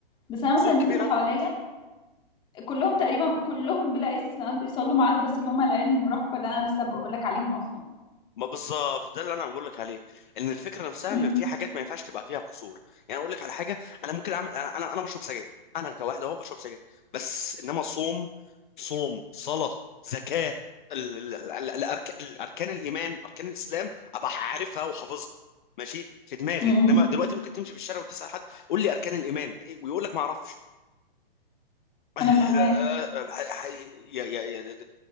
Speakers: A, on the left; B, on the left.
A: بس انا مثلا
B: سور
A: الناس
B: كبير
A: اللي حواليا كلهم تقريبا كلهم بلا استثناءات بيصلوا ما عدا بس اللي هم العيال المراهقة اللي انا لسه بقول لك عليهم اصلا
B: ما بالظبط ده اللي انا بقول لك عليه ان الفكره نفسها
A: امم
B: ان في حاجات ما ينفعش تبقى فيها قصور يعني اقول لك على حاجه انا ممكن اعمل انا انا أنا بشرب سجاير انا كواحد اهو بشرب سجاير بس انما صوم صوم صلاه زكاه ال- ال- ال- الأرك- الاركان الايمان اركان الاسلام ابقى عارفها وحافظها ماشي في دماغي
A: امم
B: انما دلوقتي ممكن تمشي في الشارع وتسال حد قول لي اركان الايمان إيه؟ ويقول لك ما اعرفش <laughs>
A: انا فاهماك
B: يا يا يا